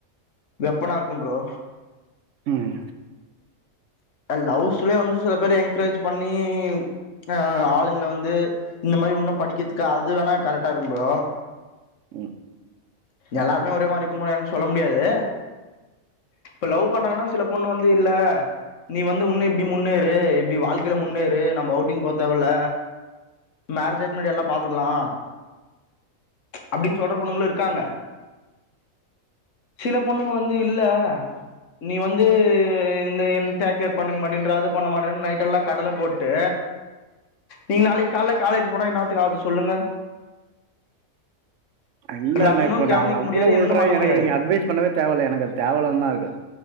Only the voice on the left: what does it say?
வெப்பனா இருக்கு ப்ரோ
லவ்ஸ்லே வந்து சில பேரு என்கரேஜ் பண்ணி அ ஆளுங்கள வந்து இந்த மாரி உன்னு படிக்கிறதுக்கு அது வேணா கரெக்டா இருக்கு ப்ரோ
எல்லாருமே ஒரே மாரி க்கு முடியா சொல்ல முடியாது இப்ப லவ் பண்றாங்கன்னா சில பொண்ணு வந்து இல்ல நீ வந்து உன்னு இப்பிடி முன்னேறு இப்பிடி வாழ்க்கையில முன்னேறு நம்ம அவுட்டிங் போ தேவல்ல மேரேஜ் ஆயிக் முன்னாடி எல்லா பாத்துக்கலா அப்பிடின் சொல்ற பொண்ணுங்களு இருக்காங்க சில பொண்ணுங்க வந்து இல்ல நீ வந்து இந்த என் டேகர் பண்ணிக்க மாட்டின்ற அது மாட்ட நைட்டு எல்லா கடல போட்டு நீங்க நாளைக்கு காலைல காலேஜ் போன என்னாத்துகு ஆவுது சொல்லுங்க
லவ்ஸ்னு
கவனிக்க
முடியாது
ஒன்னு பண்ண முடியாது